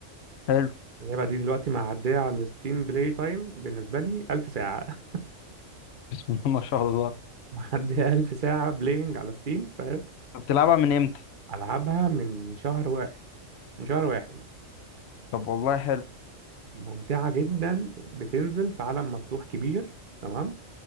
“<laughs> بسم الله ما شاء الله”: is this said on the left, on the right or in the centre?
Left